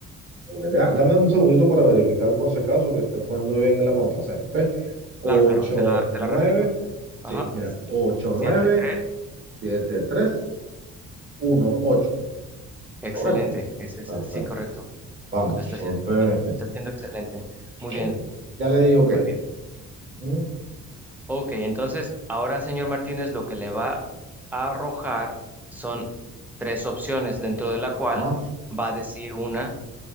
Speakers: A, on the right (about 40°); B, in the centre.
A: Ok, deja- Dame un segundito para verificar por si acaso que esté poniendo bien la contraseña, ¿ok? ocho
B: Claro, claro, te la, te
A: nueve
B: la repito.
A: sí,
B: Ajá,
A: mira, ocho nueve
B: Siete tres.
A: siete tres uno ocho
B: Excelente,
A: correcto.
B: es esa,
A: Perfecto,
B: sí, correcto.
A: vamos,
B: Lo está haciendo,
A: entonces,
B: lo está haciendo excelente.
A: está
B: Muy bien,
A: bien. ya le di ok.
B: muy bien.
A: Ujú,
B: Ok, entonces ahora, señor Martínez, lo que le va a arrojar son tres opciones, dentro de la
A: Ah,
B: cual va a decir una